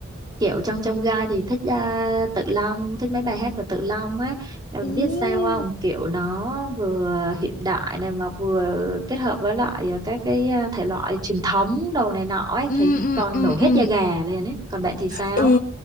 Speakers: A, on the right; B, on the left.
A: kiểu trong trong gai thì thích à, Tự Long thích mấy bài hát của Tự Long á Ờ,
B: Ừ
A: biết sao không kiểu nó vừa hiện đại này mà vừa kết hợp với lại à, các cái à, thể loại truyền thống đồ này nọ ấy
B: Ừ
A: thấy
B: ừ
A: coi
B: ừ
A: nổi
B: ừ
A: hết da gà lên ấy còn bạn thì sao
B: Ừ,